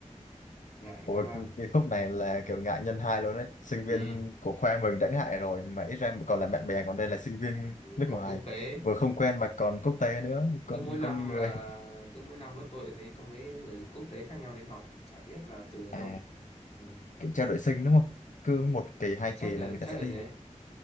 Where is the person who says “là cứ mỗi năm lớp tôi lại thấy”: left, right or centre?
Left